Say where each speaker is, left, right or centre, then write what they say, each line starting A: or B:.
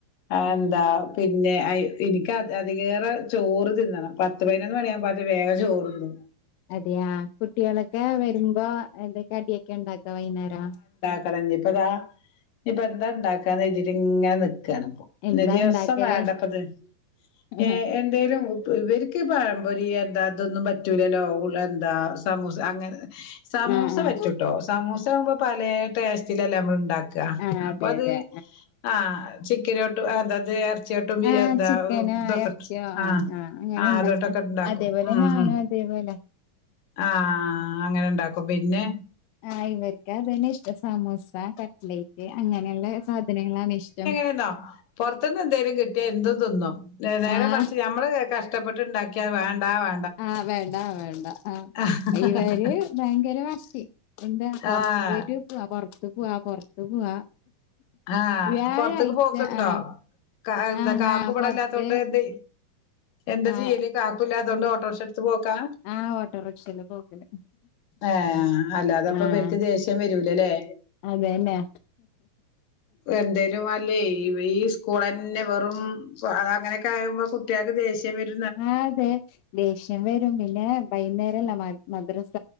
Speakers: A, on the left; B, on the left.
A: അയെന്താ
B: ഉം
A: പിന്നെ അയ് ഇന്ക്ക് അ അതിലേറെ ചോറ് തിന്നണം പത്ത് പതിനൊന്ന് മണിയാവുമ്പൊ മറ്റും വേഗം ചോറ്ണ്ണും
B: അതെയാ കുട്ടിയോളക്കെ വെരുമ്പോ എന്തേ കടിയൊക്കെണ്ടാക്കാ വൈന്നേരം
A: കളഞ്ഞിപ്പതാ ഇന്പ്പെന്താണ്ടാക്കാന്ന് കര്തീട്ട്ങ്ങനെ നിക്ക്വാണ് ഇപ്പൊ
B: എന്താ
A: ഇനി ദിവസം
B: ഇണ്ടാക്കല്
A: വേണ്ടപ്പത്ത്ന്
B: ആഹ്
A: ഏഹ് എന്തേലുംപ്പ ഇവര്ക്ക് പഴമ്പൊരീ എന്താ ഇതൊന്നും പറ്റൂലല്ലോ പുള്ളാര് ന്താ സമൂസ അങ്ങനെ സമൂസ
B: ആഹ്
A: പറ്റൂട്ടോ സമൂസ ആകുമ്പോ പലേ ടേസ്റ്റിലല്ലേ നമ്മള്ണ്ടാക്ക
B: ആഹ് അതെ
A: അപ്പ അത്
B: അതെ
A: ആഹ് ചിക്കന്ട്ടും അതത് എറച്ചിയോട്ടും ബിയ
B: ആഹ്
A: ന്താ
B: ചിക്കനോ
A: ഓഹ് ഇതൊക്കെട്ട്
B: ഇറച്ചിയോ
A: ആഹ്
B: അങ്ങനെ
A: ആഹ്
B: ഉണ്ടാക്ക
A: അതൊട്ടൊക്കെണ്ടാക്കും
B: അതേപോലെ
A: ഉം
B: ഞാനും
A: ഉം
B: അതേപോലെ
A: ആഹ് അങ്ങനെണ്ടാക്കും പിന്നെ
B: ആഹ് ഇവർക്ക് അതെന്നെഷ്ടം സമോസ കട്ട്ലേറ്റ് അങ്ങനെള്ള സാധനങ്ങളാണ്ഷ്ടം
A: തിന്നോ പൊറത്ത്ന്നെന്തേലും കിട്ടിയ എന്തും തിന്നും ല്ലേ നേരെ
B: ആഹ്
A: മറിച്ച് ഞമ്മള് കഷ്ടപ്പെട്ട്ണ്ടാക്കിയാ വേണ്ടാ വേ
B: ആഹ് വേണ്ടാ വേണ്ടാ ആഹ്
A: പറയും
B: ഇവര് ഭയങ്കര വാശി എന്താ പൊറത്ത്
A: ആഹ്
B: പോയിട്ട് ട്ട്വാ പൊറ്ത്ത് പോവാ പൊറ്ത്ത് പോവാ
A: ആഹ്
B: വ്യാഴാഴ്ച
A: പൊറത്ത്ക്ക് പോക്ക്ണ്ടോ
B: ആഹ്
A: കാ എന്താ
B: ആഹ്
A: കാക്കുവടെല്ലാത്തോണ്ട്
B: ഞാ പൊറത്ത്
A: എന്ത് എന്താ
B: ആഹ്
A: ചെയ്യല് കാക്കുല്ലാത്തോണ്ട് ഓട്ടർഷട്ത്ത് പോക്കാ
B: ആഹ് ഓട്ടോറിക്ഷേല് പോക്കല്
A: ഏഹ് അല്ലാതപ്പ
B: ആഹ്
A: ഇവര്ക്ക് ദേഷ്യം വരൂലല്ലേ
B: അതെല്ലെ
A: വെന്തേലും വല്ലേ ഈ വീസ് കൂളന്നെ വെറും ഇപ്പം അത് അങ്ങനെയൊക്കായ്മ്പോ കുട്ടിയക്ക് ദേഷ്യം വരും
B: ആഹ് അതെ ദേഷ്യം വരും പിന്നേ വൈകുന്നേരല്ലെ മ മദ്റസ